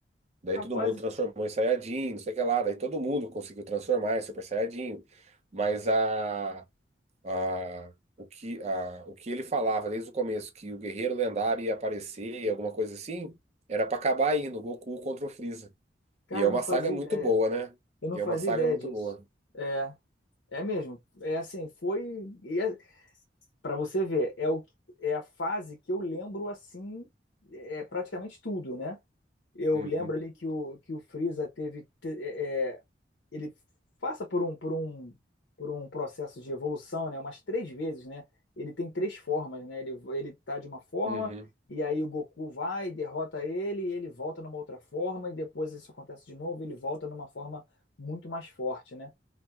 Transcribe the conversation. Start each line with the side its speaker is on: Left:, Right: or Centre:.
Right: Daí
Left: Rapaz,
Right: todo mundo transformou em Saiyajin, não sei o que lá. Daí todo mundo conseguiu transformar em Super Saiyajin. Mas a, a, o que, a, o que ele falava desde o começo, que o guerreiro lendário ia aparecer, alguma coisa assim, era pra acabar aí no Goku contra o Freeza.
Left: cara,
Right: E é uma
Left: eu não fazia
Right: saga muito
Left: ideia.
Right: boa, né?
Left: Eu não
Right: E
Left: fazia
Right: é uma saga
Left: ideia
Right: muito
Left: disso.
Right: boa.
Left: É, é mesmo. É assim, foi. E é, Para você ver, é, o, é a fase que eu lembro assim, é praticamente tudo, né? Eu
Right: Uhum,
Left: lembro ali que o, que o Freeza teve, te- é, é, ele passa por um, por um, por um processo de evolução, né? Umas três vezes, né? Ele tem três formas, né? Ele, ele tá de uma forma,
Right: uhum,
Left: e aí o Goku vai, derrota ele, e ele volta numa outra forma, e depois isso acontece de novo, ele volta numa forma muito mais forte, né?